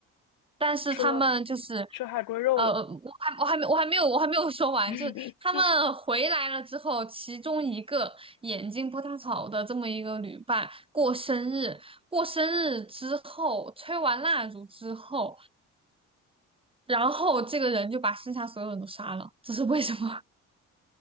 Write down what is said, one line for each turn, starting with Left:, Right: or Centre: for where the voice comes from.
Right: 但是他们就是，
Left: 吃了吃海龟肉了，
Right: 呃，我还我还没我还没有我还没有说完，
Left: <laughs>
Right: 就是他们回来了之后，其中一个眼睛不太好的这么一个旅伴过生日，过生日之后吹完蜡烛之后，然后这个人就把剩下所有人都杀了，这是为什么？